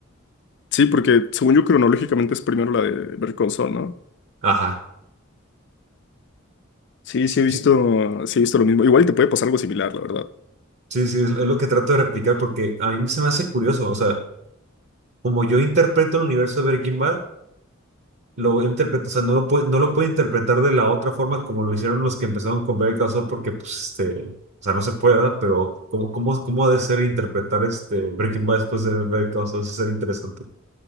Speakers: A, on the left; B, on the right.
A: Sí, porque según yo cronológicamente es primero la de Better Call Saul, ¿no?
B: Ajá,
A: Sí, sí he visto,
B: sí,
A: sí he visto lo mismo. Igual te puede pasar algo similar, la verdad.
B: sí, sí, es, es lo que trato de replicar porque a mí se me hace curioso, o sea, como yo interpreto el universo de Breaking Bad, lo interpreta, o sea, no lo puede, no lo puede interpretar de la otra forma como lo hicieron los que empezaron con Better Call Saul, porque, pues, este, o sea, no se puede, ¿verdad? Pero, ¿cómo, cómo, cómo ha de ser interpretar este Breaking Bad después de Better Call Saul? Sí, sería interesante.